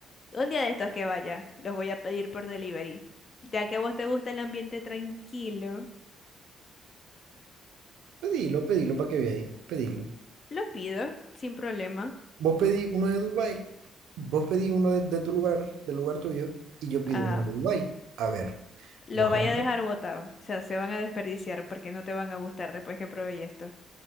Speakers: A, on the left; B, on the right.
A: Un día de estos que vaya, los voy a pedir por delivery. Ya que a vos te gusta el ambiente tranquilo,
B: Pedilo, pedilo para que veáis. Pedilo.
A: lo pido sin problema.
B: Vos pedí uno de Dubai, vos pedí uno de, de tu lugar, del lugar tuyo, y yo pido
A: Ah,
B: uno de Dubái. A ver,
A: lo
B: vos
A: vaya
B: agarrás?
A: a dejar botado. O sea, se van a desperdiciar porque no te van a gustar después que probé esto.